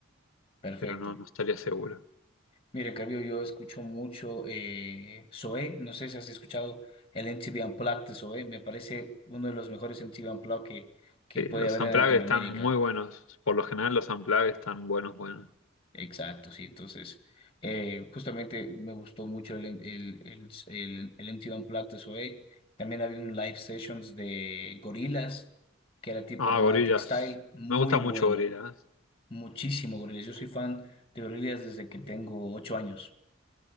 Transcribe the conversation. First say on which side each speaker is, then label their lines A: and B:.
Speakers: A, on the left; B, on the left.
A: Perfecto.
B: pero no, no estaría seguro.
A: Mire, en cambio, yo escucho mucho eh, Zoé, no sé si has escuchado el MTV Unplugged de Zoé, me parece uno de los mejores MTV Unplugged que, que
B: Sí,
A: puede
B: los
A: haber
B: Unplugged
A: en Latinoamérica.
B: están muy buenos. Por lo general los Unplugged están buenos, buenos.
A: Exacto, sí, entonces, eh, justamente me gustó mucho el, el, el, el, el MTV Unplugged de Zoé. También había un live sessions de Gorillaz, que era tipo
B: Ah,
A: Romantic
B: Gorillaz.
A: Style, muy
B: Me gusta mucho
A: bueno,
B: Gorillaz.
A: muchísimo Gorillaz. Yo soy fan de Gorillaz desde que tengo ocho años.